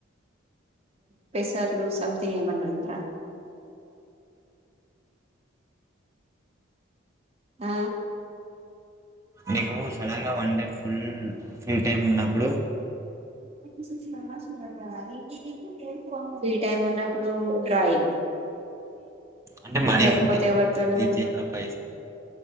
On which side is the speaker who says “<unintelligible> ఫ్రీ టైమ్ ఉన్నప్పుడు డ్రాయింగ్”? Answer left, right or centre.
Right